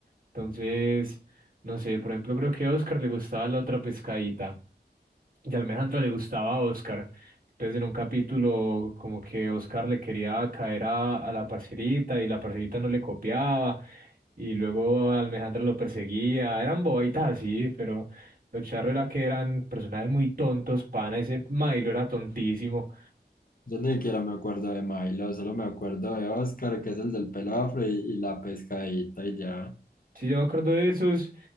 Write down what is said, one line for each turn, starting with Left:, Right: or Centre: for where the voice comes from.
Right: Entonces, no sé, por ejemplo, creo que a Oscar le gustaba la otra pescadita. Y a Alejandra le gustaba a Oscar. Entonces, en un capítulo, como que Oscar le quería caer a, a la parcerita y la parcerita no le copiaba. Y luego a Alejandra lo perseguía. Eran bobaitas así, pero lo charro era que eran personajes muy tontos, pana. Ese Milo era tontísimo.
Left: Yo ni siquiera me acuerdo de Milo, solo me acuerdo de Oscar, que es el del pelo afro, y, y la pescadita y ya.
Right: Sí, yo me acuerdo de esos